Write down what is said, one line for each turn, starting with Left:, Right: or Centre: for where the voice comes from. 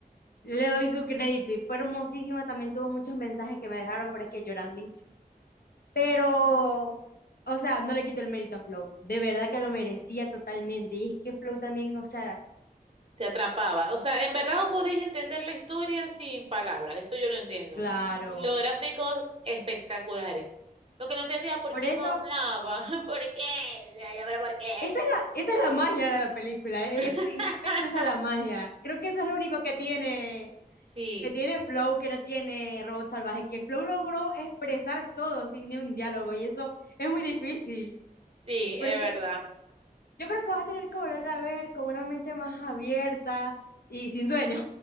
Left: Le doy su crédito y fue hermosísima, también tuvo muchos mensajes que me dejaron, pero es que llorando pero, o sea, no le quito el mérito a Flow. De verdad que lo merecía totalmente. Y es que Flow también, o sea,
Right: Te atrapaba. O sea, en verdad vos podías entender la historia sin palabras, eso yo lo entiendo.
Left: Claro.
Right: Y los gráficos espectaculares. Lo que no entendía, ¿por
Left: por
Right: qué
Left: eso,
Right: no hablaba? <laughs> ¿Por qué? Ya, ya verá por qué.
Left: esa es la, esa es la magia de la película. Es,
Right: <laughs>
Left: en efecto, esa es la magia. Creo que eso es lo único que tiene,
Right: Sí,
Left: que tiene Flow, que no tiene Robot Salvaje, que Flow logró expresar todo sin ni un diálogo. Y eso es muy difícil.
Right: sí,
Left: Pero
Right: es
Left: es
Right: verdad.
Left: que yo creo que vas a tener que volver a ver con una mente más abierta y sin sueño.